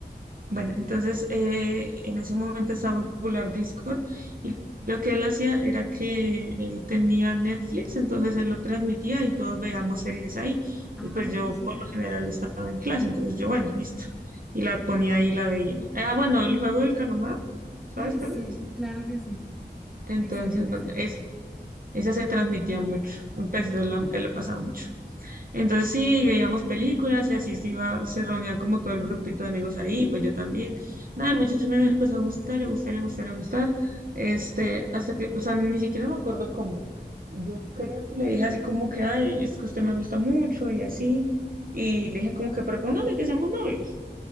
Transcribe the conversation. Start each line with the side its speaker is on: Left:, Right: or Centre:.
Right: Bueno, entonces eh, en ese momento estaba muy popular Discord y lo que él hacía era que él tenía Netflix, entonces él lo transmitía y todos veíamos series ahí.
Centre: Ah,
Right: Y pues yo
Centre: súper.
Right: por lo general estaba en clase, entonces yo, bueno, listo. Y la ponía ahí y la veía. Ah, bueno, el juego del calamar, ¿sabes
Centre: Ay,
Right: cuál
Centre: sí,
Right: es?
Centre: claro que sí.
Right: Entonces,
Centre: Excelente
Right: bueno,
Centre: serie.
Right: es, esa se transmitía mucho, pues él la, él la pasaba mucho. Entonces sí, veíamos películas y así se iba, se reunían como todo el grupito de amigos ahí, pues yo también. Nada, el muchacho me empezó a gustar, a gustar, a gustar, a gustar. Este, hasta que, o sea, ni siquiera me acuerdo cómo. Yo creo que le dije así como que, ay, es que usted me gusta mucho y así. Y le dije como que propóngame que seamos novios.